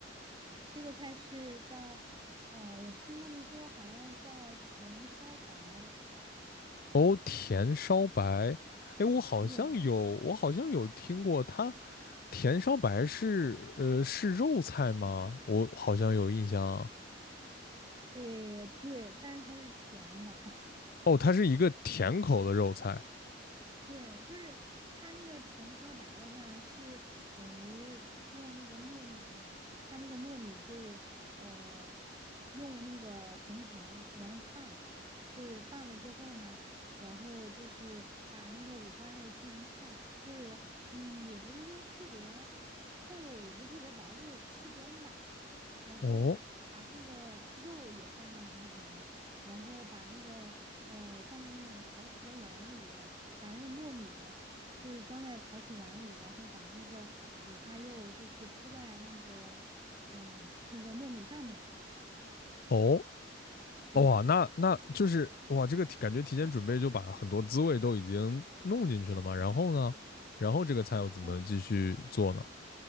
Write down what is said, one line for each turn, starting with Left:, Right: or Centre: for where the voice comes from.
Right: 这个菜是叫，嗯、我听他们说好像叫甜烧白，
Left: 哦，甜烧白。哎，我好像有，
Right: 对，
Left: 我好像有听过它。甜烧白是呃是肉菜吗？我好像有印象啊。
Right: 诶，对，但是它是甜的。
Left: 哦，它是一个甜口的肉菜。
Right: 对，就是它那个甜烧白的话，是等于用那个糯米，它那个糯米就是，呃，用那个红糖，然后拌，就是拌了之后呢，然后就是把那个五花肉切成片儿，就是，嗯，也不是说特别厚，也不是特别薄，就是适中吧。然后把那个肉也拌上红糖，
Left: 哦
Right: 然后把那个呃放在那种陶瓷的碗里，把那个糯米就是装在陶瓷碗里，然后把那个五花肉就是铺在那个嗯那个糯米上面，
Left: 哦，
Right: 对，
Left: 哇，那那就是哇，这个提感觉提前准备就把很多滋味都已经弄进去了嘛。然后呢，然后这个菜要怎么继续做呢？
Right: 然